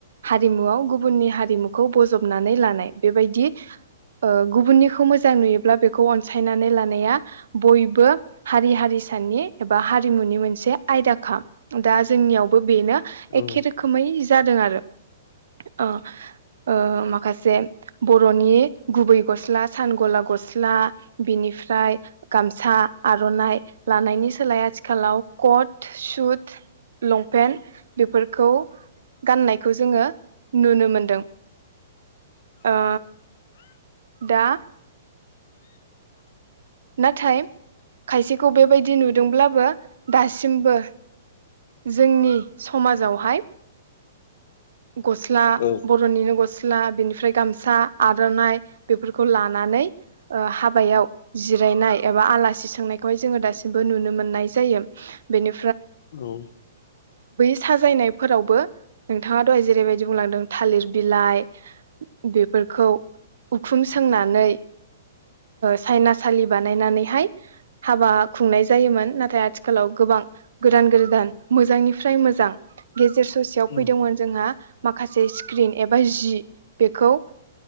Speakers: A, on the right (about 80°); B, on the left (about 55°).
A: हारिमुआव गुबुननि हारिमुखौ बजबनानै लानाय बेबायदि गुबुननिखौ मोजां नुयोब्ला बेखौ अनसायनानै लानाया बयबो हारि हारिसानि एबा हारिमुनि मोनसे आयदाखा दा जोंनियावबो। बेनो
B: औ
A: एखे रोखोमै जादों आरो। ओ ओ माखासे। जे बर'नि गुबै गस्ला सान गला गस्ला। बिनिफ्राय गामसा आर'नाइ लानायनि सोलाय आथिखालाव कट सुट लंपेन्ट बेफोरखौ गाननाय। खौ जोङो नुनो मोनदों ओ दा नाथाय खायसे खौ बेबायदि नुदोंब्लाबो दासिमबो जोंनि समाजावहाय गस्ला
B: औ
A: बरनिनो गस्ला बिनिफ्राय गामसा आरो <unintelligible> बेफोरखौ लानानै ओ हाबायाव जिरायनाय ऐसा आलासि- थांनायखौहाय जोङो दासिमबो नुनो मोननाय जायो बेनि
B: औ
A: साजायनायफोरावबो नोंथाङा दहाय जेरैबायदि बुंलांदों थालिर बिलाइ बेफोरखौ उखुम सोंनानै सायनासालि बानायनानैहाय हाबा खुंनाय जायोमोन नाथाय आथिखालाव गोबां गोदान गोदान मोजांनिफ्राय मोजां गेजेर ससेयाव
B: औ
A: फैदोंमोन जोंहा माखासे स्क्रिन एबा जि बेखौ